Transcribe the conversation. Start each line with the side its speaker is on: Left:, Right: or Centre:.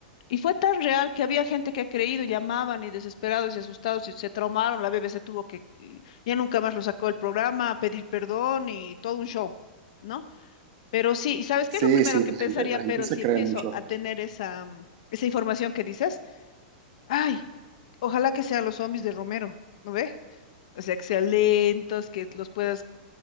Left: Y fue tan real que había gente que ha creído, llamaban y desesperados y asustados y se traumaron. La BBC tuvo que, eh, ya nunca más lo sacó el programa, pedir perdón y todo un show, ¿no? Pero sí, ¿y sabes
Right: Sí,
Left: qué es lo primero
Right: sí,
Left: que
Right: la
Left: pensaría?
Right: gente, la
Left: Pero
Right: gente se
Left: si
Right: cree
Left: empiezo
Right: mucho.
Left: a tener esa, mm, esa información que dices, ay, ojalá que sean los zombies de Romero, ¿no ve? O sea, que sean lentos, que los puedas